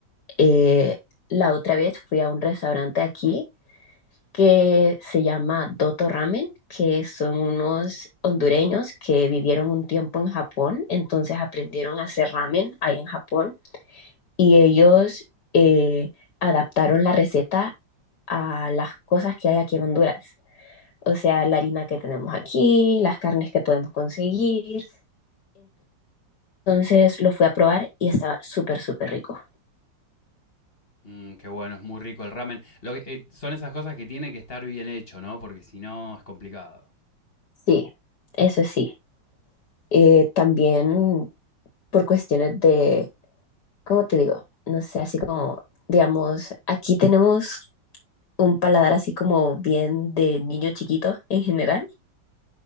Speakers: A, on the left; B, on the left.
A: Eh, la otra vez fui a un restaurante aquí que se llama Doto Ramen, que son unos hondureños que vivieron un tiempo en Japón, entonces aprendieron a hacer ramen ahí en Japón y ellos eh, adaptaron la receta a las cosas que hay aquí en Honduras. O sea, la harina que tenemos aquí, las carnes que podemos conseguir. Entonces lo fui a probar y estaba súper, súper rico.
B: Mm, qué bueno, es muy rico el ramen. Lo que- eh, son esas cosas que tiene que estar bien hecho, ¿no? Porque si no es complicado.
A: Sí, eso sí. Eh, también por cuestiones de, ¿cómo te digo? No sé, así como, digamos, aquí tenemos un paladar así como bien de niño chiquito en general.